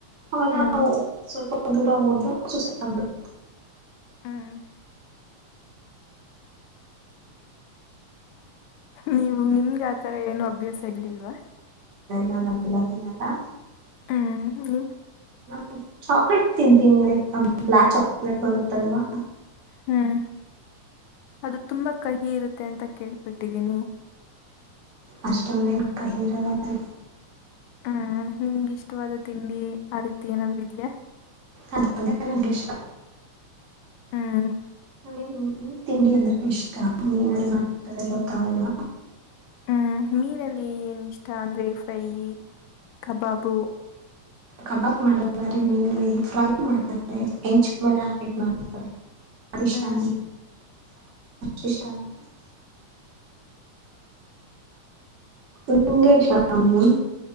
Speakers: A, on the right; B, on the left.
A: ಹ
B: ಹ್ಮ್
A: ಸ್ವಲ್ಪ ಅಧೂರಾ ಹೋದದು ಸು ಬ
B: ಹ್ಮ್ <inaudible> ನೀವು ನಿಮ್ಗೆ ಆತರ ಏನು ಅಭ್ಯಾಸ ಆಗಲಿಿಲ್ವಾ
A: ನಾನ ಎ ತಿನ್ನಲ್ಲ
B: ಹ್ಮ್ ನಿಮ್
A: <inaudible> ಚಾಕ್ಲೇಟ್ ತಿಂತೀನಿ ಬ್ಲ್ಯಾಕ್ ಚಾಕ್ಲೇಟ್ ಬರುತ್ತಲ್ವಾ
B: ಹ್ಮ್ ಅದು ತುಂಬಾ ಕಹಿ ಇರುತ್ತೆ ಅಂತ ಕೇಳ್ಬಿಟ್ಟಿದ್ದೀನಿ
A: ಅಷ್ಟದೇನು ಕಹೀರಲಾಯ
B: ಹ್ಮ್ ನಿಮ್ಗೆ ಇಷ್ಟವಾದ ತಿಂಡಿ ಆ ರೀತಿ ಏನಾದ್ೂ ಇದ್ಯಾಾ
A: ಅದ <unintelligible> ನಂಗೆ ಇಷ್ಟ
B: ಹ್ಮ
A: ಹಗೆ ಮೀನೀ ತಿಂಡಿ ಅಂದ್ರೆ ಇಷ್ಟ ಮನಲ್ಲಿ ಮಾತಾರೆ ಗೊತ್ತಾವಲ್ಲ
B: ಹ್ಮ್ ಮೀನಲ್ಲಿ ಏನ್ ಇಷ್ಟ ಅಂದ್ರೆ ಫ್ರೈ ಕಬಾಬು
A: ಕಬಾಕ್ ಮಾಡ ಮೀನಲ್ಲಿ ಫ್ರೈ ಮಾಡ್ತಾರೆ ಎಂಚ ಮಲೆ ಹಾಕ್ಿಟ್ ಮಾಡತಾರೆ ಹಷ್ಟಾನ
B: ಹ್ಮ್
A: ಸಷ್ಟ <unintelligible> <inaudible> ನಿಂಗ ಶಾಮು